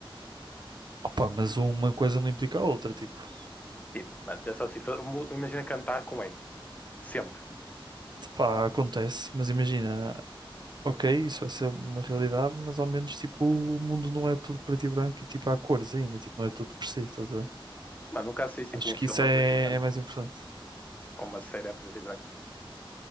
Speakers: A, on the right; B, on the left.
A: Opa, mas uma coisa não implica a outra, tipo,
B: Tipo, mano, pensa assim, to- mu- imagina cantar com eco, sempre.
A: pá, acontece, mas imagina, ok, isso vai ser uma realidade, mas ao menos, tipo, o mundo não é tudo preto e branco e, tipo, há cores ainda, tipo, não é tudo depressivo, estás a ver?
B: Mano, nunca assististe,
A: Acho
B: tipo, um
A: que
B: filme
A: isso é,
B: a preto e branco,
A: é mais importante.
B: ou uma série a preto e branco.